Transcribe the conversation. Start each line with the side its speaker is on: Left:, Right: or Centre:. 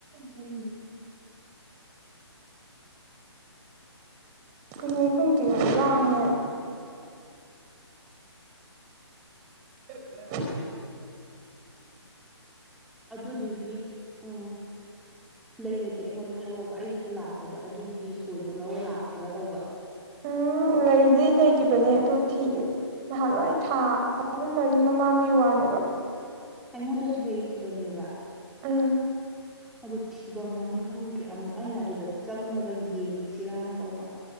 Right: ꯍꯏ ꯄꯤꯛꯅꯤꯛ ꯍꯗꯤ ꯑ ꯂꯥꯅꯤ <unintelligible> <inaudible>
Centre: ꯑꯗꯨꯗꯨꯒꯤ ꯑ
Right: <unintelligible>
Centre: ꯂꯩꯔꯗꯤ ꯑꯩꯉꯣꯟꯗ ꯊꯔꯛꯑꯣꯕ ꯑꯩꯁꯨ ꯂꯥꯛꯄꯗ ꯑꯗꯨꯒꯤ ꯁꯣꯏꯗꯣ ꯂꯧꯔ ꯂꯥꯛꯁꯤꯔ ꯇꯧꯕ
Right: ꯎꯝ ꯂꯩꯗꯤ ꯂꯩꯈꯤꯕꯅꯦ ꯑꯗꯨ ꯊꯤꯒꯦ ꯅꯍꯥꯟꯋꯥ ꯑꯩ ꯊꯥ ꯑꯍꯨꯝ ꯃꯔꯤ ꯃꯃꯥꯡꯒꯤ ꯋꯥꯅꯦꯕ
Centre: ꯑꯩꯉꯣꯟꯗꯁꯨ ꯂꯩꯈꯤꯕꯅꯦꯕ
Right: ꯑꯥ
Centre: ꯑꯗꯨ ꯊꯤꯐꯝ ꯑꯃ ꯈꯪꯗ꯭ꯔꯦ ꯑꯃꯨꯛ ꯑꯩꯅ ꯑꯗꯨꯗ ꯆꯪꯉꯒ ꯌꯦꯡꯁꯤꯔꯥꯅ ꯇꯧꯕ